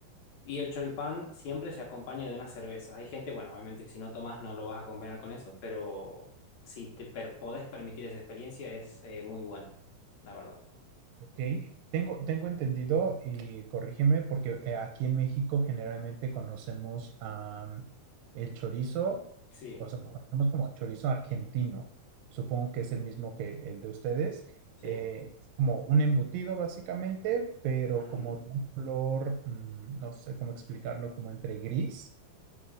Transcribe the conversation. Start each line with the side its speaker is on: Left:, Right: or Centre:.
Left: Y el choripán siempre se acompaña de una cerveza. Hay gente, bueno, obviamente que si no tomas no lo vas a acompañar con eso, pero si te per- podés permitir esa experiencia es eh, muy buena, la verdad.
Right: Ok, Tengo, tengo entendido y corrígeme porque eh, aquí en México generalmente conocemos am, el chorizo,
Left: Sí,
Right: o sea, lo conocemos como chorizo argentino. Supongo que es el mismo que el de ustedes.
Left: sí.
Right: Eh, es como un embutido básicamente, pero
Left: Ujú.
Right: como de un color, mm, no sé cómo explicarlo, como entre gris,